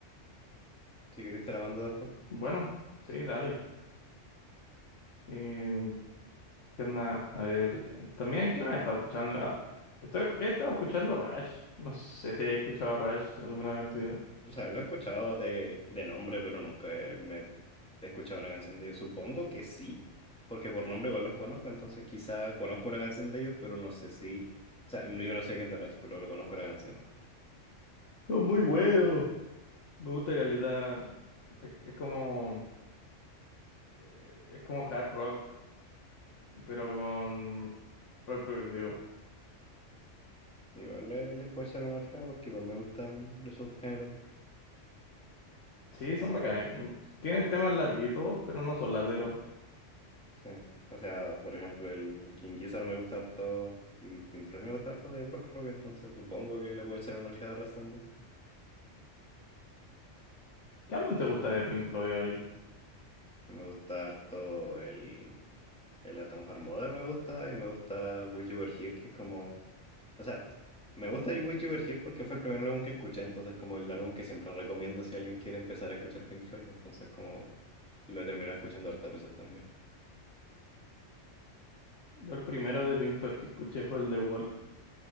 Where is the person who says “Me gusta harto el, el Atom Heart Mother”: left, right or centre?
Centre